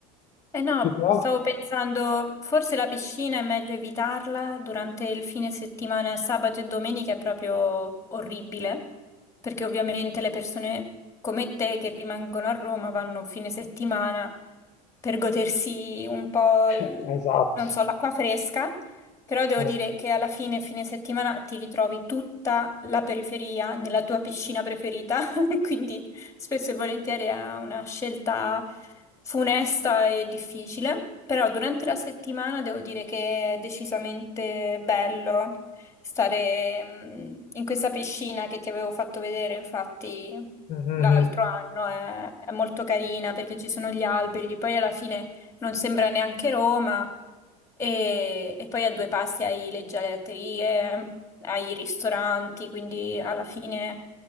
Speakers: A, on the left; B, on the left.
A: Eh no,
B: più che altro-
A: stavo pensando, forse la piscina è meglio evitarla durante il fine settimana, sabato e domenica è proprio orribile, perché ovviamente le persone come te che rimangono a Roma vanno fine settimana per godersi un po',
B: <laughs>
A: l-
B: Esatto.
A: non so, l'acqua fresca, però devo
B: Eh.
A: dire che alla fine, fine settimana, ti ritrovi tutta la periferia nella tua piscina preferita, <laughs> quindi spesso e volentieri è una scelta funesta e difficile, però durante la settimana devo dire che è decisamente bello stare mm, in questa piscina che ti avevo fatto vedere, infatti
B: Mhm.
A: l'altro anno è, è molto carina perché ci sono gli alberi, poi alla fine non sembra neanche Roma e, e poi a due passi hai le gelaterie, hai i ristoranti, quindi alla fine...